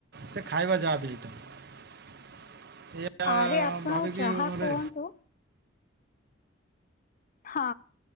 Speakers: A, on the right; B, on the left.
A: ସେ ଖାଇବା ଯାହା ବିି ହେଇଥାଉ ଏଇଆ
B: ଆରେ ଆପଣ
A: ଭାବିକି
B: ଯାହା
A: ବୋଧେ
B: କୁହନ୍ତୁ ହଁ